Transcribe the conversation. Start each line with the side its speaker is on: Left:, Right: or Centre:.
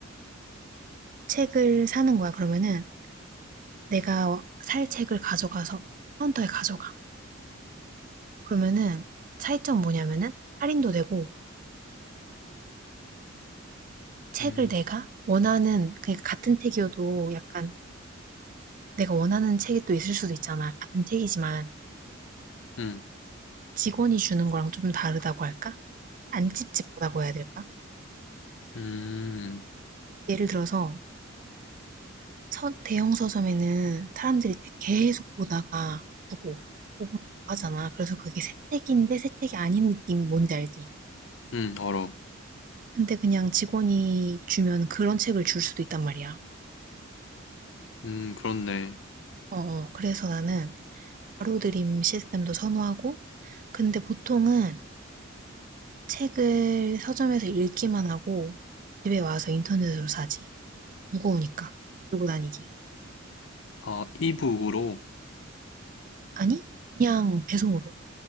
Right: 책을 사는 거야. 그러면은 내가 살 책을 가져가서 카운터에 가져가. 그러면은 차이점 뭐냐면은 할인도 되고 책을
Left: 음,
Right: 내가 원하는 그러니까 같은 책이어도 약간 내가 원하는 책이 또 있을 수도 있잖아. 같은 책이지만
Left: 음,
Right: 직원이 주는 거랑 좀 다르다고 할까? 안 찝찝하다고 해야 될까?
Left: 음,
Right: 예를 들어서 서 대형 서점에는 사람들이 계속 보다가 보고 보고 보고 하잖아. 그래서 그게 새책인데 새책이 아닌 느낌 뭔지 알지?
Left: 음, 알아.
Right: 근데 그냥 직원이 주면 그런 책을 줄 수도 있단 말이야.
Left: 음, 그렇네.
Right: 어어. 그래서 나는 바로드림 시스템도 선호하고, 근데 보통은 책을 서점에서 읽기만 하고 집에 와서 인터넷으로 사지. 무거우니까. 들고 다니기.
Left: 아, 이북으로?
Right: 아니? 그냥 배송으로.